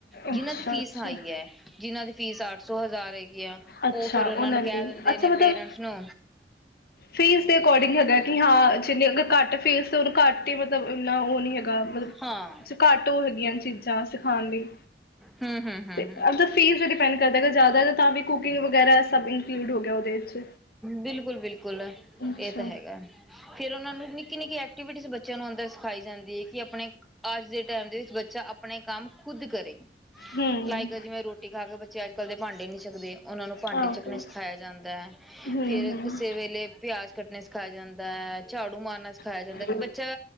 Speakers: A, in the centre; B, on the left (about 55°).
A: ਜਿਹਨਾਂ
B: ਅੱਛਾ,
A: ਦੀ ਫੀਸ
B: ਅੱਛਾ।
A: ਹਾਈ ਹੈ ਜਿਹਨਾਂ ਦੀ ਫੀਸ ਅੱਠ ਸੌ ਹਜ਼ਾਰ ਹੈਗੀ ਹੈ
B: ਅੱਛਾ
A: ਉਹ ਫੇਿਰ ਉਹਨਾ
B: ਉਹਨਾਂ
A: ਨੂੰ
B: ਲਈ
A: ਕਹਿ ਦਿੰਦੇ
B: ਅੱਛਾ
A: ਨੇ
B: ਮਤਲਬ
A: ਪੇਰੈਂਟਸ ਨੂੰ
B: ਫੀਸ ਦੇ ਅਕੋਰਡਿੰਗ ਹੈਗਾ ਕਿ ਹਾਂ ਜਿੰਨੇ ਫੇਸ ਤੇ ਉਹਨੂੰ ਘੱਟ ਹੀ ਮਤਲਬ ਇੰਨਾ ਉਹ ਨੀ ਹੈਗਾ ਮਤਲਬ
A: ਹਾਂ
B: ਘੱਟ ਉਹ ਹੈਗੀਆਂ ਚੀਜ਼ਾਂ ਚਾਹ ਸਿਖਾਉਣ ਲਈ
A: ਹਮ ਹਮ ਹਮ
B: ਮਤਲਬ ਫੀਸ ਤੇ ਡਿਪੈਂਡ ਕਰਦਾ ਕਿ ਜਾਦਾ ਤਾਂ ਵੀ ਕੁਕਿੰਗੈਰਾ ਸਭ ਇੰਕਲੂਡ ਹੋ ਗਿਆ ਉਹਦੇ ਵਿੱਚ।
A: ਬਿਲਕੁਲ ਬਿਲਕੁਲ
B: ਅੱਛਾ,
A: ਇਹ ਤਾਂ ਹੈਗਾ ਫੇਿਰ ਉਹਨਾਂ ਨੂੰ ਨਿੱਕੀ ਨਿੱਕੀ ਐਕਿ ਬੱਚਿਆਂ ਨੂੰ ਅੰਦਰ ਸਿਖਾਈ ਜਾਂਦੀ ਹੈ ਕਿ ਆਪਣੇ ਅੱਜ ਦੇ ਟਾਈਮ ਦੇ ਵਿੱਚ ਬੱਚਾ ਆਪਣੇ ਕੰਮ ਖੁਦ ਕਰੇ
B: ਹੂੰ।
A: ਲਾਈਕ ਜਿਵੇਂ ਰੋਟੀ ਖਾ ਕੇ ਬ ਅੱਜ ਕੱਲ ਦੇ ਭਾਂਡੇ ਨੀ ਸਕਦੇ ਉਹਨਾਂ ਨੂੰ ਭਾਂਡੇ
B: ਆਹੋ
A: ਚੱਕਣੇ ਸਿਖਾਇਆ ਜਾਂਦਾ
B: ਹਮ
A: ਫਿਰ
B: ਹਮ
A: ਕਿਸੇ ਵੇਲੇ ਪਿਆਜ ਕੱਟਣੇ ਸਿਖਾਇਆ ਜਾਂਦਾ ਹੈ ਝਾੜੂ ਮਾਰਨਾ ਸਿਖਾਇਆ
B: ਹਾਂ
A: ਜਾਂਦਾ ਕਿ ਬੱਚਾ